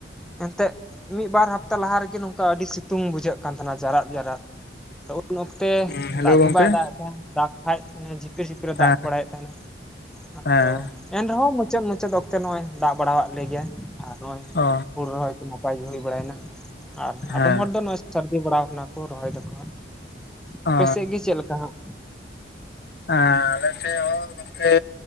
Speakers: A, in the centre; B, on the left.
A: ᱮᱱᱛᱮᱜ ᱢᱤᱫ ᱵᱟᱨ ᱦᱟᱯᱛᱟ ᱞᱟᱦᱟ ᱨᱮᱜᱮ ᱱᱚᱝᱠᱟ ᱟᱹᱰᱤ ᱥᱤᱛᱩᱝ ᱵᱩᱡᱷᱟᱹᱜ ᱠᱟᱱ ᱛᱟᱦᱮᱱᱟ ᱡᱟᱨᱟᱫ ᱡᱟᱨᱟᱫ ᱾ ᱩᱱ ᱚᱠᱛᱮ
B: ᱦᱩᱸ ᱦᱮᱞᱳ
A: ᱫᱟᱜ
B: ᱜᱚᱝᱠᱮ
A: ᱜᱮ ᱵᱟᱭ ᱫᱟᱜ ᱮᱫᱟᱭ ᱫᱟᱜᱽ ᱠᱷᱟᱡ ᱡᱷᱤᱯᱤᱨ ᱡᱷᱤᱯᱤᱨ ᱮ
B: ᱦᱮᱸ
A: ᱫᱟᱜ ᱵᱟᱲᱟᱭᱮᱫ ᱛᱟᱦᱮᱱᱟ ᱟᱫᱚ
B: ᱦᱮᱸ
A: ᱮᱱᱨᱮᱦᱚᱸ ᱢᱩᱪᱟᱹᱫ ᱢᱩᱪᱟᱹᱫ ᱚᱠᱛᱮ ᱱᱚᱜᱼᱚᱭ ᱫᱟᱜ ᱵᱟᱲᱟᱣᱟᱫ ᱞᱮᱜᱮᱭᱟᱭ ᱟᱨ ᱱᱚᱜᱼᱚᱭ
B: ᱚ
A: ᱦᱩᱲᱩ ᱨᱚᱦᱚᱭ ᱱᱟᱯᱟᱭ ᱜᱮ ᱦᱩᱭ ᱵᱟᱲᱟᱭᱮᱱᱟ, ᱟᱨ
B: ᱦᱮᱸ
A: ᱟᱫᱚᱢ ᱦᱚᱲ ᱫᱚ ᱱᱚᱜᱼᱚᱭ ᱥᱟᱨᱫᱤ ᱵᱟᱲᱟᱣ ᱠᱟᱱᱟ ᱠᱚ ᱨᱚᱦᱚᱭ ᱫᱟᱠᱚ ᱦᱟᱸᱜ ᱾ ᱟᱯᱮ
B: ᱚ
A: ᱥᱮᱜ ᱜᱮ ᱪᱮᱜ ᱞᱮᱠᱟ ᱦᱟᱸᱜ?
B: ᱮᱸ ᱟᱞᱮ ᱥᱮᱜ ᱦᱚᱸ ᱜᱚᱝᱠᱮ